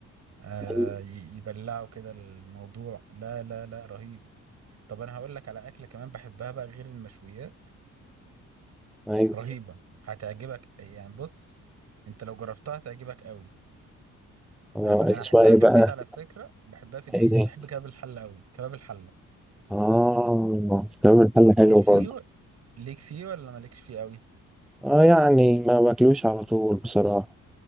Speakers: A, on the right; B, in the centre.
A: آه
B: ايوه
A: ي- يبلعوا كده الموضوع لا لا لا رهيب طب انا هقول لك على اكله كمان بحبها بقى غير المشويات
B: ايوه
A: رهيبة هتعجبك يعني بص انت لو جربتها هتعجبك قوي
B: آه،
A: انا بقى انا
B: اسمها
A: احبها
B: ايه
A: في
B: بقى
A: البيت على فكرة بحبها في البيت
B: ايه دي
A: بحب كباب الحلة قوي كباب الحلة
B: اه كمان حل
A: ليك
B: حلو
A: فيه
B: برضه
A: و... ليك فيه ولا مالكش فيه قوي
B: اه يعني ما باكلوش على طول بصراحة